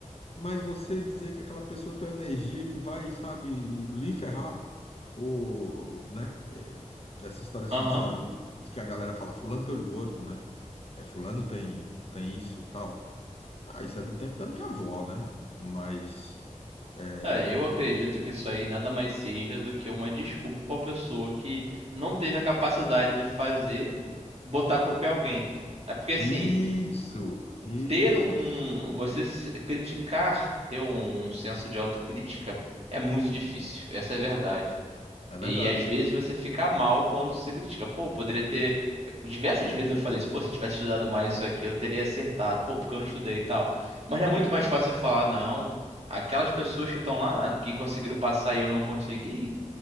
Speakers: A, on the left; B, on the right.
A: Mas você dizer que aquela pessoa tem uma energia que vai, sabe, lhe ferrar, ou, né? é, dessa história assim,
B: Aham.
A: sabe? Que a galera fala, fulano tem olho gordo, né? É, fulano tem, tem isso, tal. Ah, isso é do tempo da minha avó, né, mano? Mas, é,
B: É, eu acredito que isso aí nada mais seja do que uma desculpa para pessoa que não teve a capacidade de fazer, botar a culpa em alguém. É porque assim,
A: isso, isso.
B: ter um, você se- criticar, ter um senso de autocrítica é muito difícil. Essa é a verdade.
A: É verdade.
B: E às vezes você fica mal quando se critica. Pô, poderia ter. Diversas vezes eu falei assim, pô, se eu tivesse estudado mais isso aqui, eu teria acertado. Pô, porque eu não estudei e tal. Mas não é muito mais fácil eu falar, não. Aquelas pessoas que estão lá, que conseguiram passar e eu não consegui,